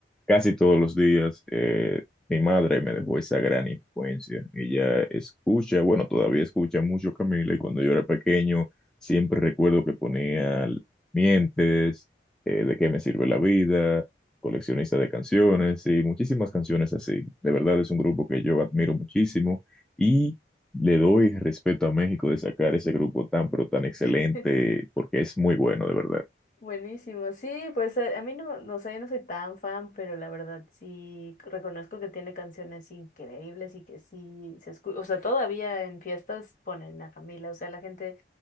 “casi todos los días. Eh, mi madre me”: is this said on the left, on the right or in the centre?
Centre